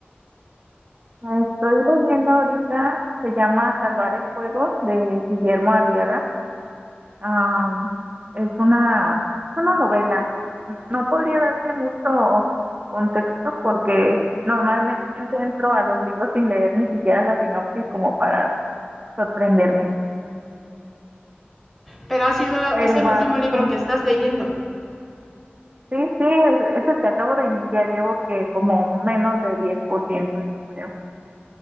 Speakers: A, on the right; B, in the centre.
A: Ah, Estoy leyendo ahorita, se llama Salvar el Fuego de Guillermo Arriaga. Am, es una, es una novela. No podría darte mucho contexto porque normalmente entro a los libros sin leer ni siquiera la sinopsis como para sorprenderme.
B: Pero ha sido,
A: Pero
B: es el
A: va
B: último
A: como,
B: libro que estás leyendo.
A: sí, sí, es, es el que acabo de iniciar. Llevo que como menos de 10% yo creo.